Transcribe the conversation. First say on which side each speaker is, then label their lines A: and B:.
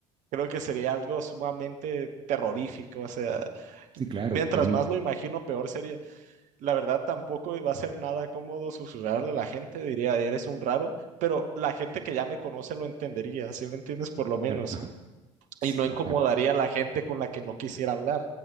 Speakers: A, on the right; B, on the right.
A: Creo que sería algo sumamente terrorífico. O sea,
B: sí, claro,
A: mientras
B: totalmente.
A: más lo imagino, peor sería. La verdad, tampoco va a ser nada cómodo susurrarle a la gente, diría, eres un raro, pero la gente que ya me conoce lo entendería, ¿sí me entiendes? Por lo menos.
B: Claro, ajá, sí,
A: Y no
B: no,
A: incomodaría
B: claro,
A: a la gente con la que no quisiera hablar.